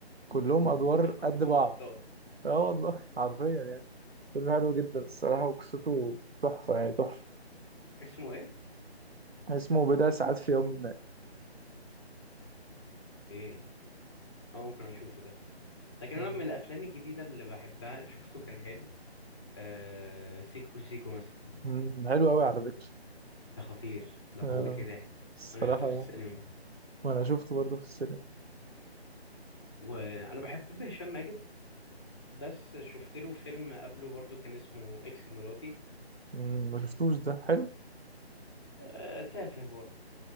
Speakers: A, on the right; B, on the left.
A: كلهم ادوار
B: <laughs> كلهم
A: قد بعض
B: ابطال
A: اه والله حرفيا يعني فيلم حلو جدا الصراحه وقصته تحفه يعني تحفه
B: اسمه ايه
A: اسمه بضع ساعات في يوم ما
B: ايه اه ممكن اشوفه ده لكن
A: آه،
B: انا من الافلام الجديده اللي بحبها اللي شفته كان حلو آه سيكو سيكو مثلا
A: مم، حلو قوي على فكره
B: ده خطير ده
A: آه
B: موتني ضحك
A: الصراحه
B: انا شفته في السينما
A: وانا شفته برضه في السينما
B: وانا بحب هشام ماجد بس شفت له فيلم قبله برضو كان اسمه اكس مراتي
A: مم، ما شفتوش ده حلو
B: آه تافه برضو